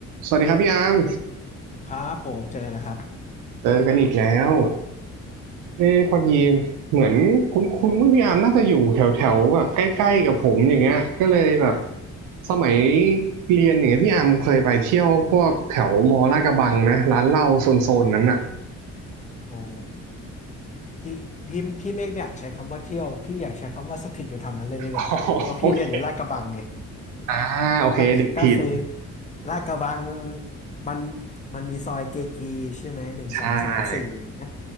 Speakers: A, on the right; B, on the left.
A: สวัสดีครับพี่อาร์ม
B: ครับผมเจอกันแล้วครับ
A: เจอกันอีกแล้วเอ้พอดีเหมือนคุ้นๆว่าพี่อาร์มน่าจะอยู่แถวๆแบบใกล้ๆกับผมอย่างเงี้ยก็เลยแบบสมัยเรียนอย่างเงี้ยพี่อาร์มเคยไปเที่ยวพวกแถวมอลาดกระบังนะร้านเหล้าโซนๆนั้นอ่ะ
B: อ๋อ พี่พี่พี่เมฆไม่อยากใช้คำว่าเที่ยวพี่อยากใช้คำว่าสถิตอยู่แถวนั้นเลยดีกว่าเพราะพี่เรียนอยู่ลาดกระบังไง
A: <laughs> อ๋อโอเคอ่าโอเคเด็กถิ่น
B: <laughs> ก็ก็คือลาดกระบังมันมันมีซอยเกกีใช่ไหมหนึ่งสองสามสี่อย่างเงี้ย
A: ใช่